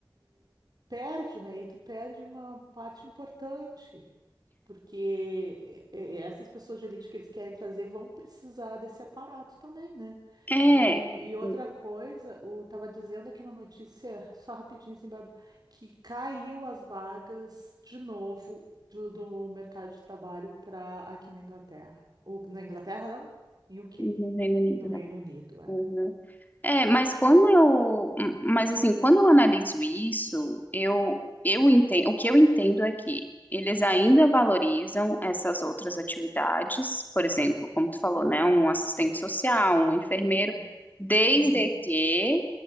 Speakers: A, on the right (about 55°); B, on the left (about 20°).
A: perde, né? E tu perde uma parte importante. Porque é, é, essas pessoas de elite que eles querem trazer vão precisar desse aparato também, né?
B: É,
A: E, e outra
B: no
A: coisa, o tava dizendo aqui na notícia, só rapidinho assim, Bárbara, que caiu as vagas de novo do, do mercado de trabalho para aqui na Inglaterra. Ou, na Inglaterra, não? Em UK,
B: no Reino Unido,
A: no Reino
B: né?
A: Unido, é.
B: Uhum. É, mas quando eu, m- mas assim, quando eu analiso isso, eu, eu entendo, o que eu entendo é que eles ainda valorizam essas outras atividades, por exemplo, como tu falou,
A: Aham.
B: né, um assistente social, um enfermeiro,
A: Uhum.
B: desde
A: Uhum.
B: que